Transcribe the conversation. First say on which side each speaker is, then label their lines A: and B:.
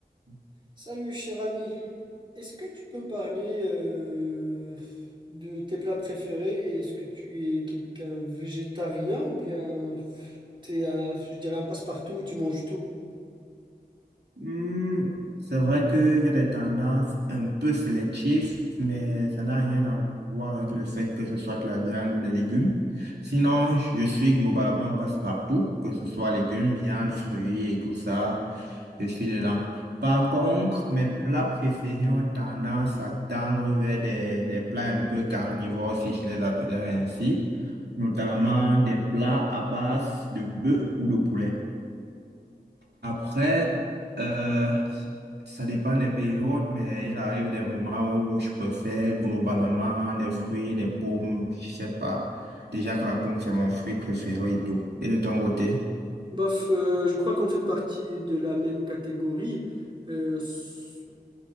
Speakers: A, on the right (about 85°); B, on the right (about 30°).
A: Mhm.
B: Salut cher ami, est-ce que tu peux me parler euh, de tes plats préférés? et Est-ce que tu es quelqu'un végétarien ou bien pff, t'es un, je dirais un passe-partout, tu manges tout?
A: Hmm, c'est vrai qu'il y a des tendances un peu sélectives, mais ça n'a rien à voir avec le fait que ce soit de la viande ou des légumes. Sinon, je suis globalement passe-partout, que ce soit légumes, viande, fruits et tout ça, je suis dedans. Par contre, mes plats préférés ont tendance à tendre vers des, des plats un peu carnivores, si je les appellerais ainsi, notamment des plats à base de bœuf ou de poulet. Après, euh, ça dépend des périodes, mais il arrive des moments où je préfère globalement des fruits, des pommes, je sais pas. Déjà que la pomme, c'est mon fruit préféré et tout. Et de ton côté?
B: Bof, euh, je crois qu'on fait partie de la même catégorie. Euh, s-